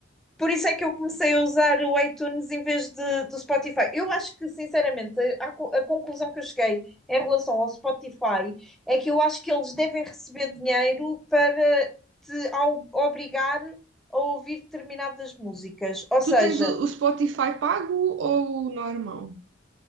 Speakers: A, in the centre; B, on the right.
A: Por isso é que eu comecei a usar o iTunes em vez de, do Spotify. Eu acho que, sinceramente, a, a conclusão que eu cheguei em relação ao Spotify é que eu acho que eles devem receber dinheiro para te ao- obrigar a ouvir determinadas músicas. Ou seja,
B: Tu tens o, o Spotify pago ou o normal?